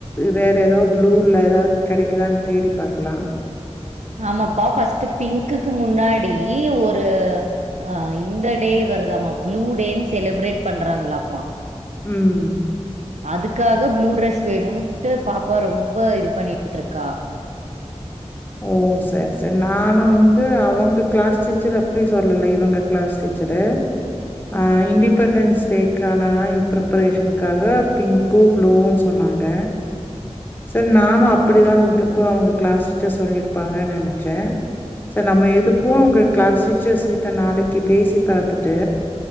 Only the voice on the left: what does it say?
வேற ஏதோ ப்ளூல ஏதாவது கெடைக்குதான்னு தேடி பார்க்லா
ம்
ஓ சேர் சேரி நானு வந்து அவுங்க க்ளாஸ் டீச்சர் அப்டி சொல்லல இவங்க க்ளாஸ் டீச்சரு அ இண்டிபெண்டன்ஸ் டேக்கான இப் பிப்ரேஷனுக்காக பிங் கூப்டுவோ சொன்னாங்க சேர் நானு அப்டிதா உங்களுக்கு அவங்க கிளாஸ் சர்ஸ் சொல்லிருப்பாங்க நெனச்சே சேர் நம்ம எதுக்கு உங்க க்ளாஸ் டீச்சர்ஸ் கிட்ட நாளைக்கி பேசி பாத்துட்டு